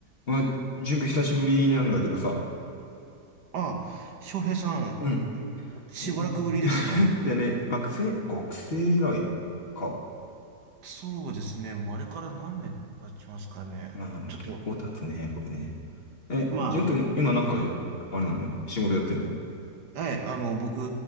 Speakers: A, on the left; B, on the right.
A: まあ、純君久しぶりなんだけどさ。
B: あ、翔平さ
A: うん。
B: ん、んしばらくぶりですね。
A: <laughs> でね、学生、学生以来か。
B: そうですね。もうあれから何年経ちますかね。
A: まあ、
B: ちょっと、
A: 結構経つね、これね。え、
B: ま
A: 純君、今なんか、あれなの仕事やってんの
B: あ、はい、あの、僕、